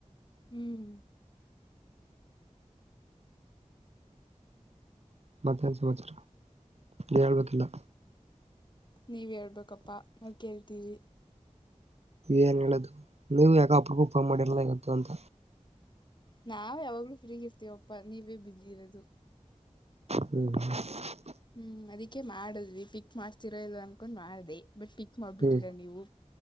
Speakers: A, on the left; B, on the right.
A: ಹ್ಮ್
B: ಮತ್ತೆ ಸಂಸರ ಹೇಳ್ಬೇ ಯೆಲ್ಲಾ
A: ನೀವ್ ಹೇಳ್ಬೇಕಪ್ಪಾ ನಾವ ಕೇಳ್ತೀವಿ
B: ಏನ್ ಹೇಳುದು ನೀವು ಯಾಕಪ್ರಗೂ ಉಪ ಮಾಡಿರಲ್ಲ ಇವತ್ತು ಅಂತ
A: ನಾವ ಯಾವಾಗ್ಲೂ ಫ್ರೀಗ ಇರ್ತೀವಪ್ಪಾ ನೀವೇ ಬೂಸ್ಯ ಇರೋದು
B: ಹ್ಮ್ ಹ್ಮ
A: ಹ್ಮ್ ಅದಕ್ಕೆೇ ಮಾಡದ್ವಿ ಪಿಕ್ ಮಾಡ್ತಿರೋ ಇಲ್ ಅನ್ಕೊಂಡ್ ಮಾಡ್ದ ಬಟ್ ಪಿಕ್ ಮಾಡ್ಬಿಟ್ಟಿರಾ
B: ಹ್ಮ್
A: ನೀವು